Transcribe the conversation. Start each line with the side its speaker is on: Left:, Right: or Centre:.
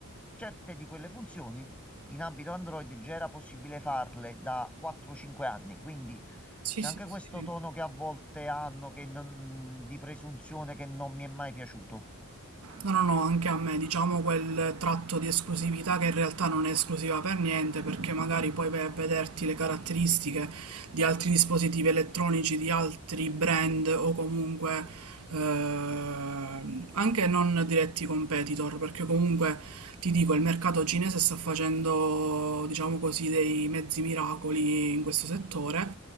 Centre: certe di quelle funzioni in ambito Android già era possibile farle da 4-5 anni, quindi
Right: sì,
Centre: c'è
Right: sì,
Centre: anche
Right: sì.
Centre: questo tono che a volte hanno che non- di presunzione che non mi è mai piaciuto.
Right: No, no, no, anche a me, diciamo quel tratto di esclusività che in realtà non è esclusiva per niente, perché magari poi vai a vederti le caratteristiche di altri dispositivi elettronici, di altri brand o comunque eh, anche non diretti competitor, perché comunque ti dico, il mercato cinese sta facendo, diciamo così, dei mezzi miracoli in questo settore.